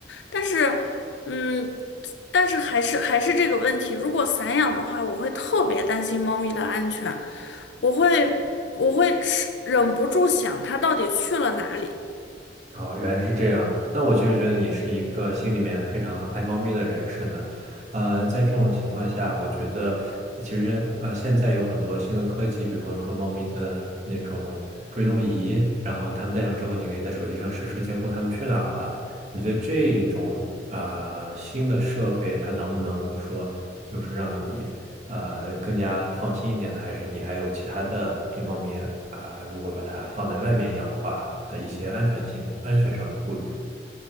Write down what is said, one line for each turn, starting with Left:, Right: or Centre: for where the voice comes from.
Left: 但是。嗯，但是还是还是这个问题，如果散养的话，我会特别担心猫咪的安全，我会我会吃，忍不住想它到底去了哪里。
Right: 哦，原来是这样。那我其实觉得你是一个心里面非常爱猫咪的人士呢。呃，在这种情况下，我觉得呃其实呃，现在有很多新的科技，比方说猫咪的那种追踪仪，然后他们戴上之后，你可以在手机上实时监控他们去哪儿了。你觉得这种呃新的设备，它能不能说就是让你？呃更加放心一点的，还是你还有其他的对猫咪啊，如果把它放在外面养的话的一些安全性安全上的顾虑？